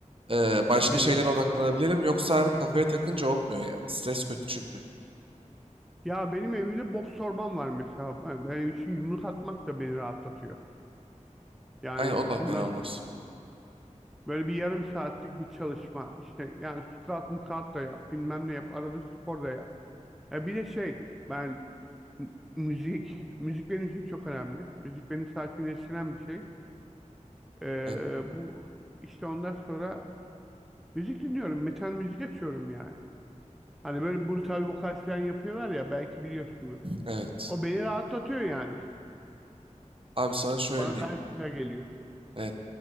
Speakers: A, on the right; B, in the centre.
A: eee, başka
B: Aynen.
A: şeylere odaklanabilelim. Yoksa abi kafaya takınca olmuyor ya. Stres kötü çünkü.
B: Ya benim evimde boks torbam var mesela. Ben- Benim için yumruk atmak da beni rahatlatıyor. Yani
A: Aynen o da
B: ondan
A: fena olmaz.
B: Böyle bir yarım saatlik bir çalışma. İşte yani squat mukat da yap, bilmem ne yap, arada spor da yap. Ya bir de şey, ben m- müzik, müzik benim için çok önemli. Müzik beni sakinleştiren bir şey. Ee,
A: Aynen.
B: bu işte ondan sonra müzik dinliyorum, metal müzik açıyorum yani. Hani böyle brutal vokal falan yapıyorlar ya, belki biliyorsunuz
A: Evet.
B: O beni rahatlatıyor yani.
A: Abi sana şöyle
B: O bana
A: diyeyim.
B: gayet güzel geliyor.
A: Evet.